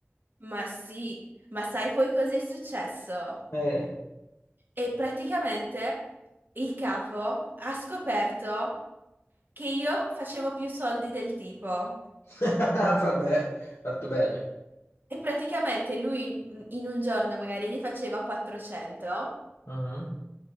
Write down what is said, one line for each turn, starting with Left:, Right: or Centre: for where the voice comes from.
Right: Ma sì, ma sai poi cosa è successo?
Left: Eh,
Right: E praticamente il capo ha scoperto che io facevo più soldi del tipo.
Left: <laughs> vabbè, fatto bene.
Right: E praticamente lui in, in un giorno magari ne faceva 400
Left: Mhm,